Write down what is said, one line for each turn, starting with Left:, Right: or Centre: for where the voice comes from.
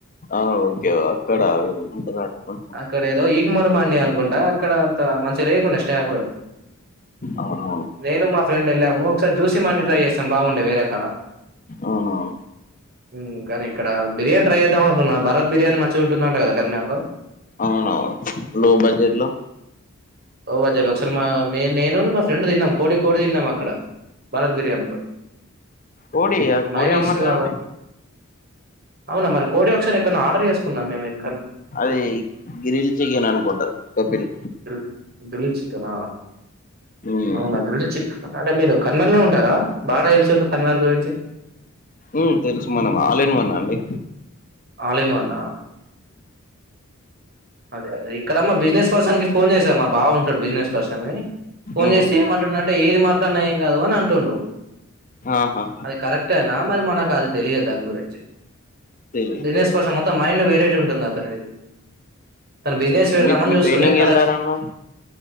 Left: ఆ ఓకే అక్కడ ఉంటదట కొంచెం
Right: అక్కడ ఏదో ఇ చిమ్మర మాండి అనుకుంటా అక్కడ అంత మంచి రేకుండ టాపు
Left: అవునవును
Right: నేను మా ఫ్రెండ్ వెళ్ళాము ఒకసారి చూసి మండి ట్రై చేసాం బాగుండే వేరే కాడ
Left: అవునవును
Right: ఉమ్ కానీ ఇక్కడ బిర్యానీ ట్రై చేద్దాము అనుకున్న భారత్ బిర్యానీ మంచిగా ఉంటుందంట కదా కర్నాలో
Left: అవునవును లో బడ్జెట్ లో
Right: అచ్చ ఒకసారి మా మెయిన్ నేను మా ఫ్రెండ్ తిన్నాం కోడి కోడి తిన్నాము అక్కడ భారత్ బిర్యానీలో
Left: కోడి
Right: మెయినిస్
Left: కోడి అమ్మరు
Right: బాబా
Left: కదండి
Right: అవునా మరి కోడి ఒక్కసారి ఎక్కడనో ఆర్డర్ చేసుకున్నాం మేమైతే
Left: అది గ్రిల్ చికెన్ అనుకుంటా కపిల్
Right: గ్రిల్ గ్రిల్ చికెనా
Left: మ్మ్
Right: అవునా గ్రిలి చిక్ అంటే మీరు కర్ణల్నే ఉంటారా బాగానే నిల్చంది కన్మల్ గురించి
Left: ఉమ్ తెలుసు మనమ్ ఆల్ ఇన్ వన్ అన్ని
Right: ఆల్ ఇన్ వన్ ఆ అదే అదే ఇక్కడమ్మా బిజినెస్ పర్సన్ కి ఫోన్ చేసామ్మా బాగుంటాడు బిజినెస్ పర్సన్ అని ఫోన్
Left: మ్మ్
Right: చేసి ఏమంటుండు అంటే ఏది మాట్లాడిన ఏం కాదు అని అంటుండు
Left: ఆహా
Right: అది కరెక్ట్ ఏనా మరి మనకు అది తెలియదు దాని గురించి
Left: తెలీదు
Right: బిజినెస్
Left: తెలీదు
Right: పర్సన్ మొత్తం మైండ్ వెరైటీ ఉంటుంది అతనిది తను బిజినెస్ పెడదామని
Left: మీ మీరు
Right: చూస్తుండే
Left: ట్రైనింగ్
Right: ఎక్కడ
Left: వెళ్ళారన్న